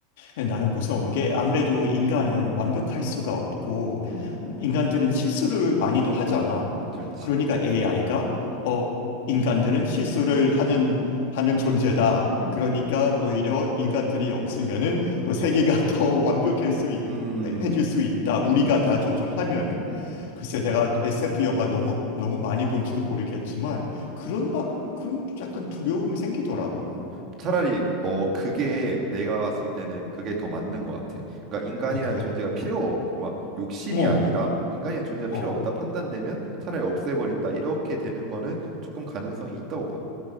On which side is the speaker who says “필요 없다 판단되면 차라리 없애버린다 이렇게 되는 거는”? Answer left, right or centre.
Right